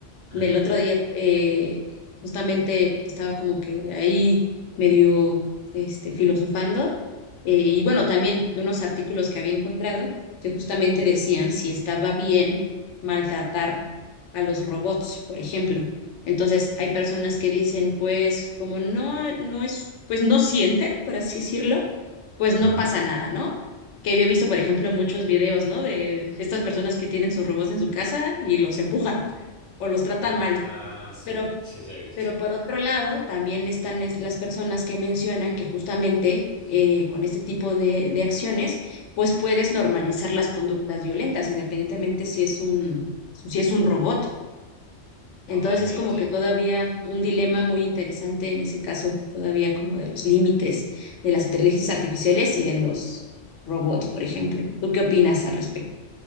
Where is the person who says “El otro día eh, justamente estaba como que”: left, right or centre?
Left